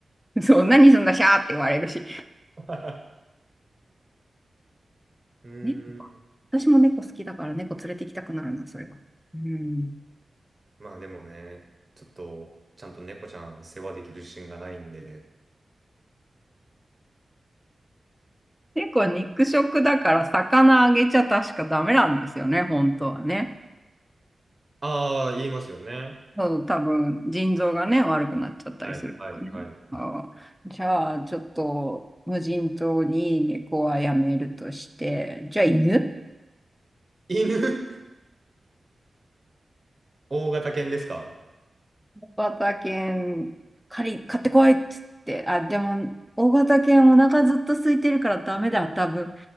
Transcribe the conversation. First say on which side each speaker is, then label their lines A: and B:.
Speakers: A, in the centre; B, on the right.
A: そう、何すんだ、シャーって言われるし。
B: <laughs> うん。
A: 猫か。私も猫好きだから猫連れて行きたくなるな、それは。うん。
B: まあ、でもね、ちょっと、ちゃんと猫ちゃん世話できる自信がないんで。
A: 猫は肉食だから魚あげちゃ確かダメなんですよね、本当はね。
B: ああー、言いますよね。
A: そう、多分腎臓がね、悪くなっちゃったりするからね。
B: はい、はい、はい。
A: ああ、じゃあ、ちょっと無人島に猫はやめるとして、じゃあ犬
B: 犬大型犬ですか
A: 型犬、借り、買ってこいっつって。あ、でも、大型犬お腹ずっと空いてるからダメだ、多分。